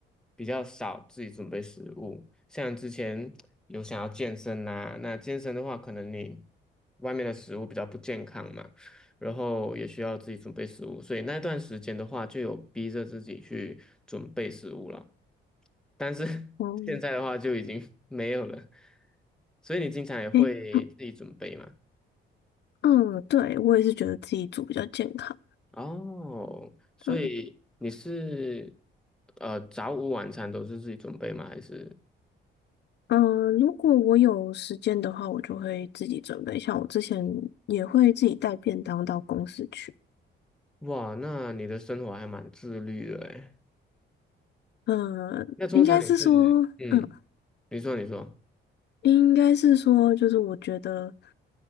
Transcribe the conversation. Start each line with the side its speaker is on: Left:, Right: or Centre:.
Centre: 比较少自己准备食物。像之前有想要健身呐、那健身的话，可能你外面的食物比较不健康嘛，然后也需要自己准备食物，所以那段时间的话，就有逼着自己去准备食物了。但是 <laughs>
Left: 哦，
Centre: 现在的话就已经没有了，所以你经常也会自己准备嘛？
Left: 诶，嗯，嗯对，我也是觉得自己煮比较健康。
Centre: 哦，所以你是
Left: 对。
Centre: 呃早午晚餐都是自己准备吗？还是
Left: 嗯，呃如果我有时间的话，我就会自己准备。像我之前也会自己带便当到公司去。
Centre: 哇，那你的生活还蛮自律的诶。
Left: 嗯，
Centre: 那通常你是嗯，
Left: 应该是说，嗯，
Centre: 你说你说，
Left: 应该是说，就是我觉得，